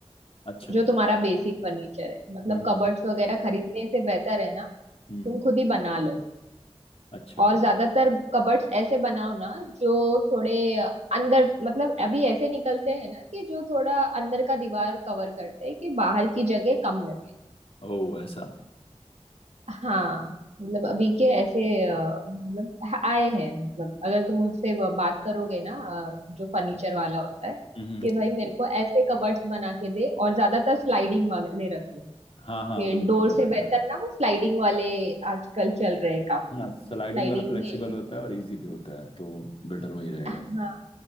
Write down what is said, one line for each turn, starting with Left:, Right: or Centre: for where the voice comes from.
Left: अच्छा
Right: जो तुम्हारा बेसिक फर्नीचर है मतलब
Left: हम्म
Right: कबर्ड्स
Left: हम्म
Right: वगैरह खरीदने से बेहतर है ना
Left: हम्म,
Right: तुम
Left: हम्म,
Right: खुद ही बना लो
Left: अच्छा
Right: और ज्यादातर कबर्ड्स ऐसे बनाओ ना जो थोड़े अंदर मतलब अभी ऐसे निकलते हैं ना कि जो थोड़ा अंदर का दीवार कवर करते हैं कि बाहर की जगह कम लगे
Left: ओ ऐसा
Right: हाँ मतलब अभी के ऐसे अ, मतलब आए हैं मतलब अगर तुम उससे ब- बात करोगे ना अ, जो फर्नीचर वाला होता है
Left: हम्म हम्म।
Right: कि भाई मेरे को ऐसे कबर्ड्स बना के दे और ज्यादातर स्लाइडिंग वाले रख लो
Left: हाँ हाँ
Right: कि
Left: वो
Right: डोर
Left: बेटर
Right: से
Left: रहता
Right: बेहतर
Left: है
Right: ना वो स्लाइडिंग वाले आजकल चल रहे हैं काफी
Left: हाँ
Right: स्लाइडिंग
Left: स्लाइडिंग वाला फ्लेक्सिबल
Right: में
Left: होता है और इजी भी होता है तो बेटर वही रहेगा
Right: हाँ